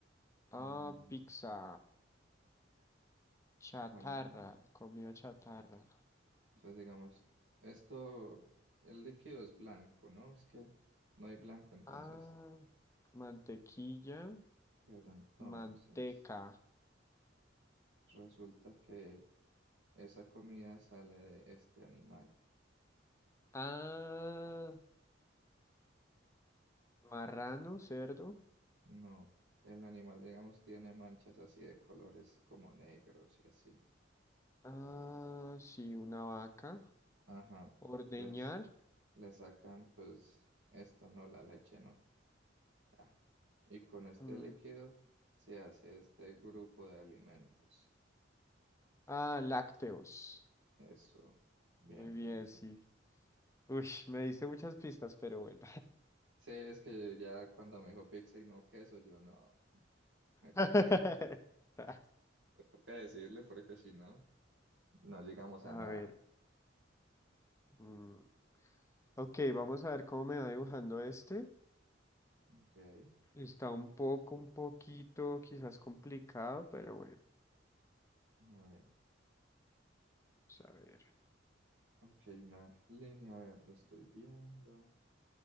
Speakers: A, on the left; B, on the right.
A: Ah,
B: Mm,
A: pizza. Chatarra,
B: algo- ¿no?
A: comida chatarra.
B: Entonces, digamos, esto, el líquido es blanco, ¿no? Es que no hay blanco entonces.
A: Ah, mantequilla,
B: Pero entonces,
A: manteca.
B: resulta que esa comida sale de este animal.
A: Ah, marrano, cerdo.
B: No, el animal, digamos, tiene manchas así de colores como negros y así.
A: Ah, sí, una vaca.
B: Ajá,
A: Ordeñar.
B: entonces le sacan pues esto, no la leche, no. Ah, Y con este
A: mm,
B: líquido se hace este grupo de alimentos.
A: Ah, lácteos.
B: Eso, bien,
A: Muy bien,
B: bien, bien.
A: sí. Uy, me diste muchas pistas, pero bueno.
B: Sí, es que ya cuando me dijo pizza y no queso, yo no, me toca,
A: <laughs>
B: <laughs> me toca decirle porque si no, no llegamos a
A: A
B: nada.
A: ver. mm, Ok, vamos a ver cómo me va dibujando este.
B: Ok, a
A: Está un poco, un poquito, quizás complicado, pero bueno.
B: ver,
A: Vamos a ver.
B: ok, una línea verde estoy viendo.